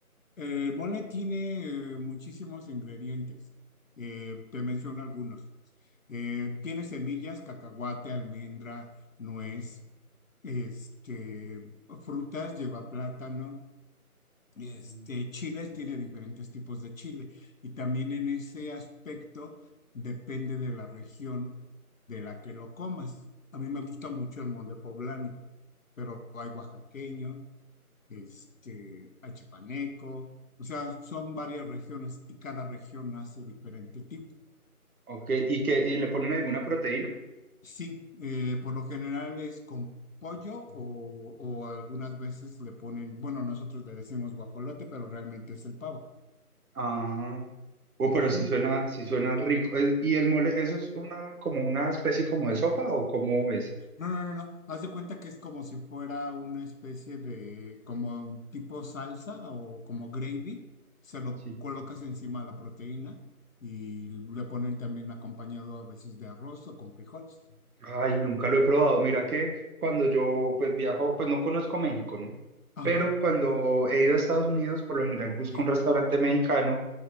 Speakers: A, on the left; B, on the right.
A: el mole tiene eh, muchísimos ingredientes. Eh, te menciono algunos. Eh, tiene semillas, cacahuate, almendra, nuez, este, frutas, lleva plátano. Este,
B: Mm.
A: chiles tiene diferentes tipos de chile y también en ese aspecto depende de la región de la que lo comas. A mí me gusta mucho el mole poblano, pero hay oaxaqueño, este, hay chipaneco, o sea, son varias regiones y cada región hace diferente tipo.
B: Ok, ¿y que y le ponen alguna proteína?
A: Sí, eh, por lo general es con pollo o, o algunas veces le ponen, bueno, nosotros le decimos guajolote, pero realmente es el pavo.
B: Ah. Uh,
A: Ujú.
B: pero si suena, si suena rico. Eh, ¿Y el mole, eso es una, como una especie como de sopa o cómo es?
A: No, no, no, no. Haz de cuenta que es como si fuera una especie de, como un tipo salsa o como gravy. Se lo
B: Sí.
A: colocas encima de la proteína y le ponen también acompañado a veces de arroz o con frijoles.
B: Ay, nunca lo he probado. Mira que cuando yo pues viajo, pues no conozco México, ¿no?
A: Ajá,
B: Pero cuando he ido a Estados Unidos, por lo general busco
A: sí,
B: un restaurante mexicano,